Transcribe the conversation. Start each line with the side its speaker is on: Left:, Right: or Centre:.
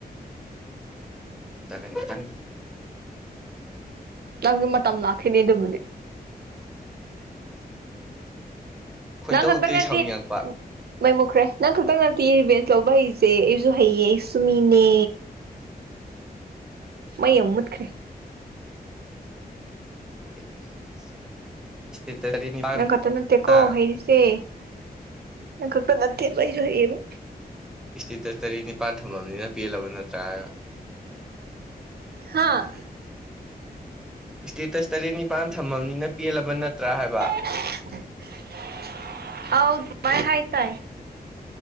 Centre: <inaudible>
Right: ꯅꯪꯁꯨ ꯃꯇꯝ ꯂꯥꯛꯈꯤꯅꯦ ꯑꯗꯨꯕꯨꯗꯤ
Centre: ꯈꯣꯏꯗꯧꯗꯤ
Right: ꯅꯪ ꯈꯛꯗꯪ ꯅꯠꯇꯦ
Centre: ꯁꯥꯎꯅꯤꯡꯉꯛꯄ
Right: ꯃꯩ ꯃꯨꯠꯈ꯭ꯔꯦ ꯅꯪ ꯈꯛꯇꯪ ꯅꯠꯇꯦꯌꯦ ꯔꯤꯕꯦꯟꯁ ꯂꯧꯕ ꯍꯩꯔꯤꯁꯦ ꯑꯩꯁꯨ ꯍꯩꯌꯦ ꯑꯩꯁꯨ ꯃꯤꯅꯦ ꯃꯩ ꯑꯃꯨꯛ ꯃꯨꯠꯈ꯭ꯔꯦ
Centre: <unintelligible> <inaudible>
Right: ꯅꯪ ꯈꯛꯇꯥ ꯅꯠꯇꯦꯀꯣ
Centre: ꯑꯥ
Right: ꯍꯩꯔꯤꯁꯦ ꯅꯪ ꯈꯛꯇ ꯅꯠꯇꯦꯕ ꯑꯩꯁꯨ ꯍꯩꯌꯦꯕ
Centre: ꯏꯁꯇꯦꯇꯁ ꯇꯔꯦꯠ ꯅꯤꯄꯥꯟ ꯊꯝꯃꯕꯅꯤꯅ ꯄꯦꯜꯂꯕ ꯅꯠꯇ꯭ꯔꯥ ꯍꯥꯏꯌꯣ
Right: ꯍꯥꯥ
Centre: ꯏꯁꯇꯦꯇꯁ ꯇꯔꯦꯠ ꯅꯤꯄꯥꯟ ꯊꯝꯃꯕꯅꯤꯅ ꯄꯦꯜꯂꯕ ꯅꯠꯇ꯭ꯔꯥ ꯍꯥꯏꯕ
Right: <unintelligible> ꯑꯧ ꯗꯨꯃꯥꯏ ꯍꯥꯏ ꯇꯥꯏ